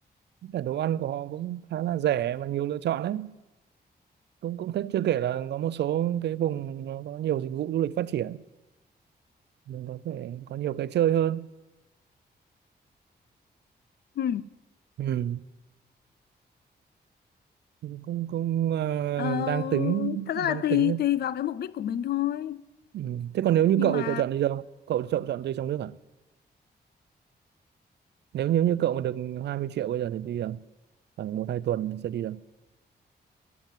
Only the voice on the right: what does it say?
cả đồ ăn của họ cũng khá là rẻ và nhiều lựa chọn đấy cũng cũng thích chưa kể là có một số cái vùng nó có nhiều dịch vụ du lịch phát triển mình có thể có nhiều cái chơi hơn
ừ. cũng cũng ờ,
đang tính
đang
tính
Ừ. Thế còn nếu như
cậu
thì cậu chọn đi đâu? Cậu chọn chọn chơi trong nước à? Nếu nếu như cậu mà được 20 triệu bây giờ thì đi đâu? Khoảng một hai tuần sẽ đi đâu?